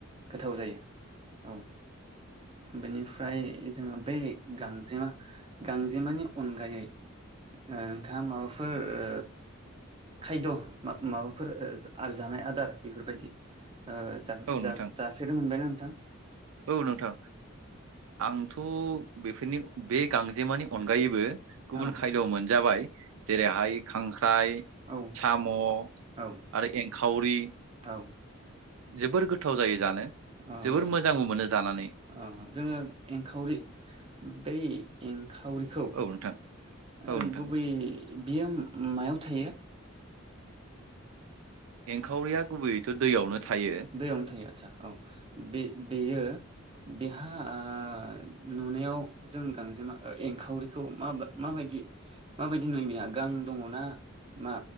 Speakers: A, on the right; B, on the right.
A: गोथाव जायो औ बेनिफ्राय जोङो बे गांजेमा गांजेमानि अनगायै ओ नोंथाङा माबाफोर ओ खायद' मा माबाफोर ओ आरजानाय आदार बेफोरबायदि ओ जा
B: औ
A: जा
B: नोंथां
A: जाफेरनो मोनबाय नों
B: औ नोंथां आंथ' बेफोरनि बे गांजेमानि अनगायैबो गुबुन
A: औ
B: खायद' मोनजाबाय जेरैहाय खांख्राइ
A: औ
B: साम'
A: औ
B: आरो एंखावरि
A: औ
B: जोबोर गोथाव जायो जानो
A: अ
B: जोबोर
A: अ
B: मोजांबो मोनो जानानै
A: अ जोङो एंखावरि बै इंखा खावरिखौ ओ
B: औ नोंथां औ नोंथां
A: गुबै बियो मायाव थायो
B: एंखावरिया गुबैयैथ' दैयावनो थायो
A: दैयावनो थायो आतसा औ बे बेयो बेहा आ नुनायाव जों गांजेमा ओ एंखावरिखौ माब माबायदि माबायदि नुयो बेहा गां दङ'ना मा?